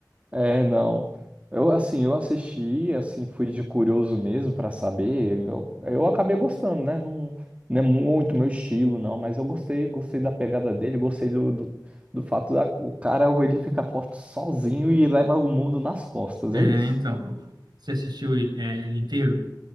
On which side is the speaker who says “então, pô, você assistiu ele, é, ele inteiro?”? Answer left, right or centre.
Right